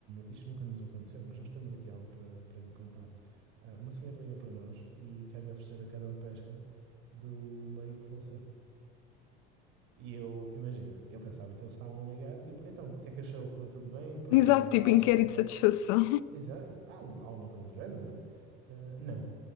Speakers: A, on the right (about 70°); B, on the left (about 80°).
A: isto nunca nos aconteceu, mas nós temos aqui algo para, para lhe contar. Uh, uma senhora ligou para nós e quer-lhe oferecer a cana de pesca do marido que faleceu. E eu, imagina, eu pensava que eles estavam a ligar, tipo, então o que é que achou? Correu tudo bem? para
B: Exato,
A: dar
B: tipo
A: algum
B: inquérito
A: feedback?
B: de satisfação.
A: Exato, alguma coisa do género, não é? Uh, não,